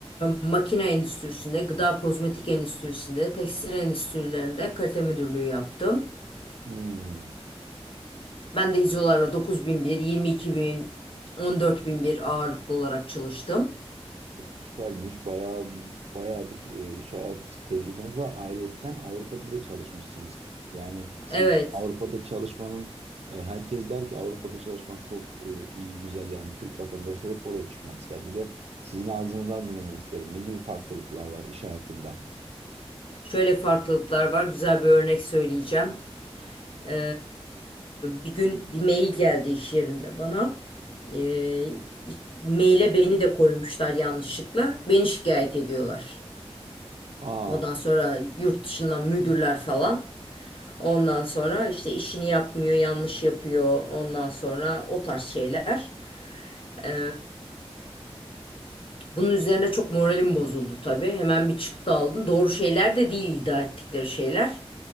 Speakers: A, on the left; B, on the right.
A: e, makine endüstrisinde, gıda kozmetik endüstrisinde, tekstil endüstrilerinde kalite müdürlüğü yaptım.
B: Hmm.
A: Ben de İzolar'la 9001, 22000, bir yirmi iki bin, on dört bin bir ağırlıklı olarak çalıştım.
B: E, süpermiş. Bayağı bayağı bir e, iş hayat tecrübeniz var. Ayrıyeten Avrupa'da da çalışmışsınız. Yani siz
A: Evet,
B: Avrupa'da çalışmanın e, herkes der ki Avrupa'da çalışmak çok e, iyi, güzel. Yani Türk vatandaşları hep oraya çıkmak ister. Bir de sizin ağzınızdan dinlemek isterim. Ne gibi farklılıklar var iş hayatında?
A: şöyle farklılıklar var. Güzel bir örnek söyleyeceğim. E, bir gün bir mail geldi iş yerinde bana. E, maile beni de koymuşlar yanlışlıkla. Beni şikayet ediyorlar.
B: Aa.
A: Ondan sonra yurt dışından müdürler falan. Ondan sonra işte işini yapmıyor, yanlış yapıyor. Ondan sonra o tarz şeyler. Eee, bunun üzerine çok moralim bozuldu tabii. Hemen bir çıktı aldım. Doğru şeyler de değil iddia ettikleri şeyler.